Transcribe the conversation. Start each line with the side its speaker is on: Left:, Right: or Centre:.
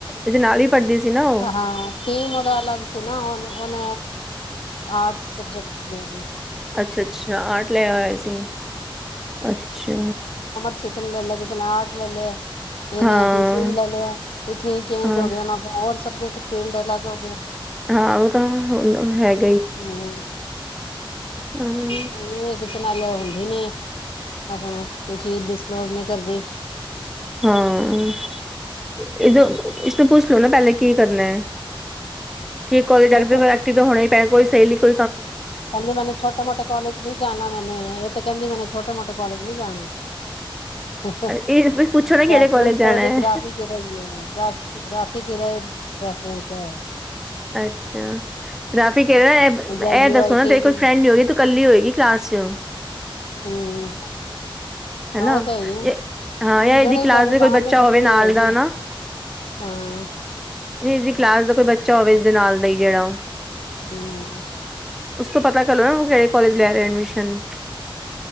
Centre: ਇਹਦੇ ਨਾਲ ਹੀ ਪੜ੍ਹਦੀ ਸੀ ਨਾ ਉਹ
Left: ਹਾਂ ੀਮਦਾ ਅਲੱਗ ਸੀ ਨਾ ਉਹਨੂੰ ਉਹਨ ਆਰਟ ਸਬਜੈਕਟ ਲ
Centre: ਅੱਛਾ ਅੱਛਾ ਜਾਂ ਆੱਠ ਲਿਆ ਹੋਇਆ ਸੀ ਅੱਛਾ
Left: ਕਿਸੇਨ ਲੈ ਲੈ ਕਿਸੇ ਨੇ ਆਟ ਲੈ ਲ ਇਹਨੇ
Centre: ਹਾਂ
Left: ਪੀ ਸੀ ਲੈ ਲਿਆ ਇੱਥੋਂ ਹੀ ਚੇਂਜ
Centre: ਹਾਂ
Left: ਹੋ ਗਿਆ ਹੋਰ ਦੇਖ ਫੀਲਡ ਅਲੱਗ ਹੋ ਗਿਆ
Centre: ਹਾਂ ਉਹ ਤਾਂ ਹੈਗੀ
Left: ਹਮ
Centre: ਹਾਂ
Left: ਇਹ ਕਿਸ ਸੁਣਾ ਲ ਦਿਨੀੇ ਆਪਣਾ ਕੋਈ ਚੀਜ਼ ਡਿਸਪਲੋਜ ਨਹੀਂ ਕਰਦੇ
Centre: ਹਾਂ ਇਹ ਇਸਨੂੰ ਪੁੱਛ ਲੋਓ ਨਾ ਪਹਿਲੇ ਕੀ ਕਰਨਾ ਹੈ ਕੀ ਕਾਲਜ ਜਾਣਾ
Left: ਦੇਖੋ
Centre: ਐਕਟਿਵ ਤਾਂ ਹੋਣਾ ਹੀ ਪੈਣਾ ਸ਼ੈਲੀ ਕੋ
Left: ਕਹਿੰਦੀ ਮੈਨੇ ਛੋਟੇ ਮੋਟੇ ਕੋਾਲਜ ਨੀ ਜਾਣਾ ਮੈਨੇ ਇਹ ਤੇ ਕਹਿੰਦੀ ਮੈਨੇ ਛੋਟੇ ਮੋਟੇ ਕੋਾਲਜ ਨੀ ਜਾਣਾ ਪ੍ਰੈਫਰੈਂਸ
Centre: ਇਹ ਪੁੱਛੋ ਨਾ ਕਿਹੜੇ ਕੋਲਜ ਜਾਣਾ
Left: ਤਾਂ
Centre: ਹੈ
Left: ਗ੍ਰਾਫੀ ਕਿਰਾ ਹੀ ਹੈ ਗ ਗ੍ਰਾਫੀਿਕ ਕਿਰਾ ਪ੍ਰਫਰਨਸ ਹੈ
Centre: ਅੱਛਾ ਰਾਫੀ ਕਹ
Left: ਜਾਂ
Centre: ਇਹ
Left: ਯੂ
Centre: ਦੱਸੋ
Left: ਆਈ
Centre: ਨਾ
Left: ਟੀ
Centre: ਤੇਰੇ ਕੋਈ
Left: ਵੀ
Centre: ਫਰੈਂਡ ਨੀ ਹੋ ਗਗੀ ਕੱਲੀ ਹੋਏਗੀ ਕਲਾਸ ਚ
Left: ਹਮ
Centre: ਹਨਾ
Left: ਹਾਂ ਉਹ ਤਾਂ ਹੈ ਹੀ ਹੈ
Centre: ਹਾਂ
Left: ਹੁਣ
Centre: ਯ
Left: ਜਿਹੜੇ
Centre: ਇਹਦੀ ਕਲਾਸ
Left: ਕੋਲਜ
Centre: ਦਾ ਕੋਈ
Left: ਆਵਾਂਗੇ
Centre: ਬੱਚਾ
Left: ਇਕੱਲੀ
Centre: ਹੋਵੇ ਨਾਲ
Left: ਹੋਏਗੀ
Centre: ਦਾ ਨਾ
Left: ਹਾਂ
Centre: ਇਹਦੀ ਕਲਾਸ ਦਾ ਕੋਈ ਬੱਚਾ ਹੋਵੇ ਇਸਦੇ ਨਾਲ ਦਾ ਹੀ ਜਿਹੜਾ ਉਹ
Left: ਹਮ
Centre: ਉਸ ਤੋਂ ਪਤਾ ਕਰ ਲੋ ਨਾ ਉਹ ਕ ਕਦੋਂ ਲਿਆ ਰਿਹਾ ਐਡਮਿਸ਼ਨ